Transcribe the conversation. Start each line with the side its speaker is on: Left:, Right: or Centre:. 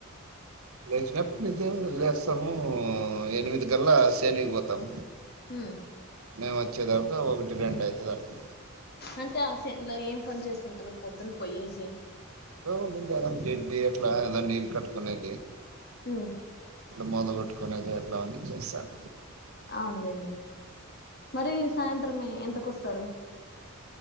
Right: లేసానుపాటి నుంచి ఏమి లేసము హుమ్ ఎనిమిది గలా తెనికిపోతాం
Left: హ్మ్మ్
Right: మేము వచ్చే దాకా ఒకటి రెండు అయితాది అట్లా
Left: అంటే ఆసేన్లో ఏం పని చేస్తుంటారు పొద్దున్న పొయ్యేసి
Right: ఏదో ఉంటుంది ఏదనా గిడ్డి అట్లా ఏద నీళ్లు కట్టుకునేది
Left: హ్మ్మ్
Right: మందుగొట్టుకునేది అట్లా అన్నీ చేస్తాం
Left: అవునులేండి మరి సాయంత్ర మాత్రమే ఎంతకొస్తారు